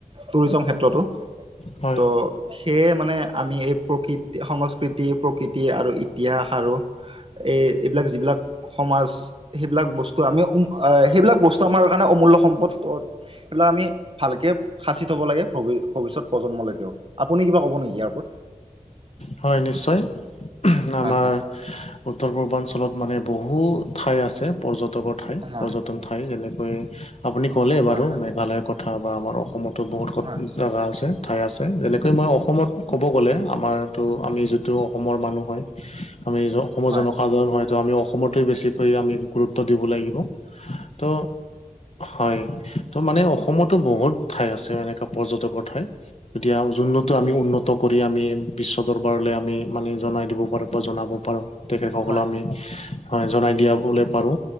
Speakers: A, on the right; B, on the left.
A: টুৰিজম ক্ষেত্ৰতো ত'
B: হয়
A: সেয়ে মানে আমি এই প্ৰকৃতি সংস্কৃতি প্ৰকৃতি আৰু ইতিহাস আৰু এই এইবিলাক যিবিলাক সমাজ সেইবিলাক বস্তু ত' আমি উম সেইবিলাক বস্তু আমাৰ কাৰণে অমূল্য় সম্পদ সেইবিলাক আমি ভালকে। সাঁচি থ'ব লাগে ভবি ভৱিষ্যতপ্ৰজন্মলৈকেও, আপুনি কিবা ক'ব নেকি ইয়াৰ ওপৰত?
B: হয় নিশ্চয়, আমাৰ
A: হয় হয়
B: উত্তৰ পূৰ্বাঞ্চল অলপ মানে বহু ঠাই আছে পৰ্যটকৰ ঠাই
A: হয়
B: পৰ্যটক এনেকৈ আপুনি ক'লে
A: হয়
B: বাৰু মেঘালয়ৰ কথা বা আমাৰ অসমতো বহুত
A: হয়
B: জেগা আছে, ঠাই আছে যেনেকৈ মই অসমত ক'ব গ'লে আমাৰ ত' আমি যিটো অসমৰ মানুহ হয় আমি অসমৰ
A: হয়
B: জনসাধাৰণৰ সাধাৰণ হয়তো আমি অসমতে বেছিকৈ আমি গুৰুত্ব দিব লাগিব, ত' হয় ত' মানে অসমতো বহুত ঠাই আছে এনেকুৱা পৰ্যটকৰ ঠাই। এতিয়া উজনি টো আমি উন্নত কৰি আমি বিশ্ব দৰবাৰলৈ আমি মানে জনাই দিব পাৰোঁ বা জনাব পাৰোঁ তেখেতসকলক
A: হয়
B: আমি হয় জনাই দিয়াবলে পাৰো,